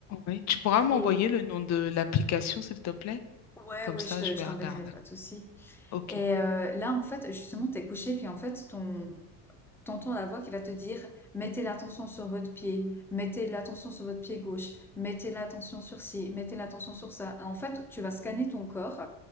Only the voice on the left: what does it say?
Oui. Tu pourras m'envoyer
le nom de l'application, s'il te plaît?
Comme
ça,
je vais
regarder.
Ok,